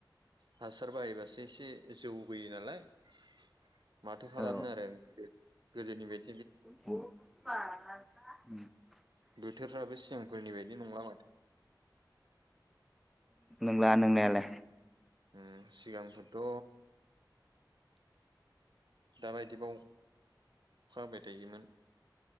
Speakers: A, on the right; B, in the centre.
A: हासार बाहाय बासो एसे जौबोयो नालाय <inaudible> माथो खालामनो
B: औ
A: आरो <unintelligible> गोदोनि <unintelligible>
B: <inaudible>
A: <unintelligible> सिगांफोरनि बायदि नंला माथो
B: ला नोंनायालाय
A: उम सिगांफोरथ दााबायदिबाव अखाबाय दैयोमोन